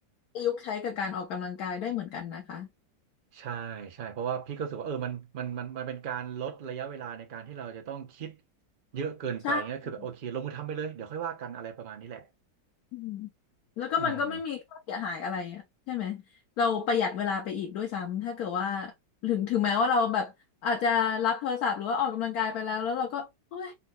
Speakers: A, on the left; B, on the right.
A: ประยุกต์ใช้กับการออกกำลังกายได้เหมือนกันนะคะ
B: ใช่ใช่เพราะว่าพี่ก็รู้สึกว่าเออมันมันมันมันเป็นการลดระยะเวลาในการที่เราจะต้องคิดเยอะเกินไปเงี้ยคือแบบโอเคลงมือทำไปเลยเดี๋ยวค่อยว่ากันอะไรประมาณนี้แหละ
A: ใช่ อืมแล้วก็มันก็ไม่มีข้อเสียหายอะไรอะใช่ไหม
B: อืม
A: เราประหยัดเวลาไปอีกด้วยซ้ำถ้าเกิดว่าถึงถึงแม้ว่าเราแบบอาจจะรับโทรศัพท์หรือว่าออกกำลังกายไปแล้วแล้วเราก็โอ้ย